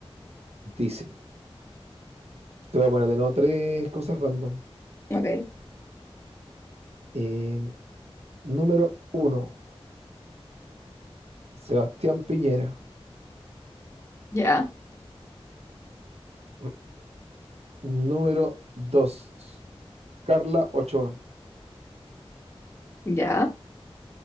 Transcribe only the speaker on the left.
Ok,
ya,
ya.